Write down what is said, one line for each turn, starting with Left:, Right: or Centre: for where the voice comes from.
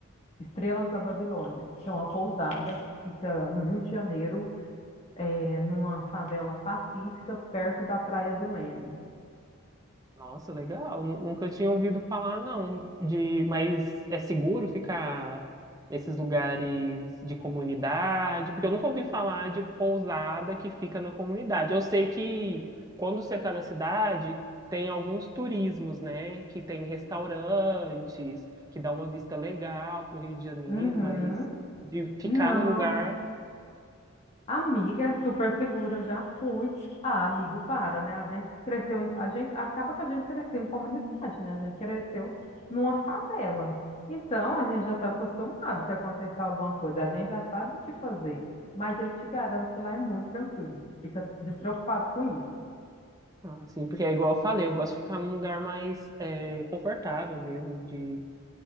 Left: Estrelas da Babilônia, que é uma pousada que fica no Rio de Janeiro, é, numa favela pacífica, perto da Praia do Leme.
Right: Nossa, legal. Nu- Nunca tinha ouvido falar, não. De, mas é seguro ficar nesses lugares de comunidade? Porque eu nunca ouvi falar de pousada que fica na comunidade. Eu sei que quando você está na cidade, tem alguns turismos, né? Que tem restaurantes, que dá uma vista legal para o Rio de Janeiro,
Left: Uhum.
Right: mas de ficar
Left: Não.
Right: no lugar,
Left: Amiga, é super segura, eu já fui. Ah, amigo, para, né? A gente cresceu, em- a gente acaba que a gente cresceu em comunidade, né? A gente cresceu numa favela. Então, a gente já está acostumado se acontecer alguma coisa, a gente já sabe o que fazer. Mas eu te garanto que lá é muito tranquilo. Fica despreocupado com isso.
Right: assim, porque é igual eu falei, eu gosto de ficar num lugar mais eh, confortável mesmo, de